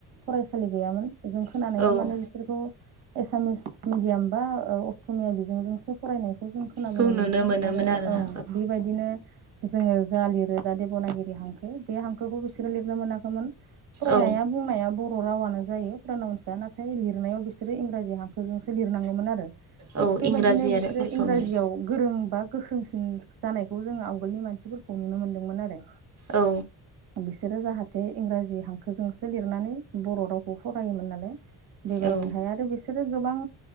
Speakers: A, on the right; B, on the right.
A: फरायसालि गैयामोन जों खोनानायाव
B: औ
A: माने
B: औ
A: बिसोरखौ एसामिस मिडियाम बा ओ असमिया बिजोंजोंसो फरायनाय खौ जों खोनाबोनो
B: खौ नुनो
A: मोनदों
B: मोनोमोन
A: आरो औ
B: आरोना
A: बेबायदिनो जोङो। जा लिरो दा देब'नागिरि हांखो बे हांखोखौ बिसोरो लिरनो मोनाखैमोन। फरायनाया
B: औ
A: बुंनाया बर' रावानो जायो प्रनावनसआ नाथाय लि लिरनायाव बिसोरो इंराजि हांखोजोंसो लिरनांगौमोन आरो थिग
B: औ
A: बेबायदिनो
B: इंराजि आरो
A: बिसोरो
B: असमिया
A: इंराजियाव गोरोंबा गोख्रोंसिन जानायखौ जोङो आवगोलनि मानसिफोरखौ नुनो मोनदों। दोंमोन आरो।
B: औ।
A: बिसोरो जाहाथे इंराजि हांखोजोंसो लिरनानै बर' रावखौ फरायोमोन नालाय। बेबायदिहाय
B: औ
A: आरो बिसोरो गोबां